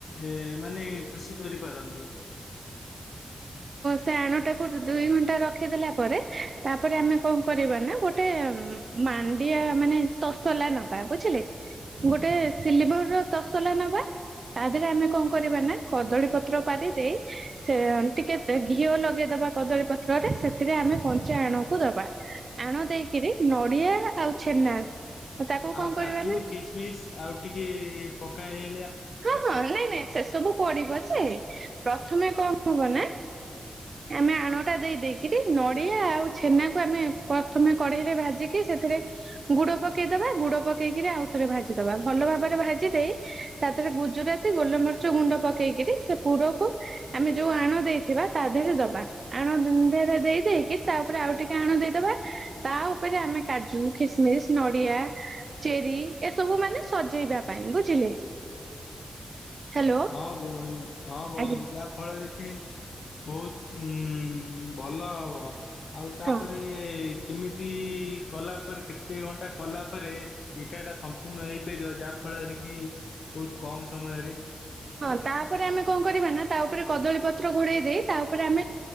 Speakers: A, on the left (about 80°); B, on the right (about 60°).
A: ଏ ମାନେ ଖୁସି କରିପାରନ୍ତି।
B: ଆଣ ତାକୁ ଦୁଇ ଘଣ୍ଟା ର ରଖିଦଲା ପରେ ତାପରେ ଆମେ କଣ କରିବା ନା ଗୋଟେ ମାଣ୍ଡିଆ ମାନେ ତସଲା ନବା ବୁଝିଲେ ଗୋଟେ ସିଲଭର ର ତସଲା ନବା ତା ଦେହରେ ଆମେ କଣ କରିବା ନା କଦଳୀ ପତ୍ର ପାରି ଦେଇ ସେ ଟିକେ ଘିଅ ଲଗେଇଦବା କଦଳୀ ପତ୍ରରେ ସେଥିରେ ଆମେ କଞ୍ଚା ଆଣୁକୁ ଦବା ଆଣ ଦେଇକିରି ନଡିଆ ଆଉ ଛେନା ତାକୁ
A: ଆଉ
B: କଣ
A: କାଜୁ
B: କରିବା ନା
A: କିସମିସ ଆଉ ଟିକେ ପକାଏ
B: ହଁ ହଁ ନାଇଁ ନାଇଁ ସେ ସବୁ ପଡିବ ଯେ ପ୍ରଥମେ କଁ ଣ ହବ ନା ଆମେ ଆଣଟା ଦେଇ ଦେଇକିରି ନଡିଆ ଆଉ ଛେନାକୁ ଆମେ ପ୍ରଥମେ କଢେଇରେ ଭାଜିିକି ସେଥିରେ ଗୁଡ ପକେଇଦବା ଗୁଡ ପକେଇକିରି ଆଉ ଥରେ ଭାଜିଦବା ଭଲ ଭାବରେ ଭାଜି ଦେଇ ତା ଦେହରେ ଗୁଜୁରାତି ଗୋଲମରିଚ ଗୁଣ୍ଡ ପକେଇକିରି ସେ ପୁରକୁ ଆମେ ଯୋଉ ଆଣ ଦେଇଥିବା ତା ଦେହରେ ଦବା ଆଣରେ ଦେଇ ଦେଇେଇକି ତା ଉପରେ ଆଉ ଟିକେ ଆଣ ଦେଇଦବା ତା ଉପରେ ଆମେ କାଜୁ ଖିସମିସ ନଡିଆ ଚେରି ଏସବୁ ମାନେ ସଜେଇବା ପାଇଁ ବୁଝିଲେ। ହ୍ୟାଲୋ
A: ହଁ ଭଉଣୀ ହଁ ଭଉଣୀ
B: ଆଜ୍ଞା
A: ଯାହା ଫଳରେ କି ବହୁତ ଉଁ ଭଲ ହବ। ଆଉ ତାପରେ
B: ହଁ
A: ଏ- କେମିତି କଲା ପରେ କେତେ ଘଣ୍ଟା କଲା ପରେ ଏଇଟାଟା ସମ୍ପୂର୍ଣ୍ଣ ଏଇ େଇଦବ ଯାହା ଫଳରେ କି ବହୁତ କମ ସମୟରେ
B: ହଁ ତାପରେ ଆମେ କଣ କରିବା ନା ତା ଉପରେ କଦଳୀ ପତ୍ର ଘୋଡେଇ ଦେଇ ତା ଉପରେ ଆମେ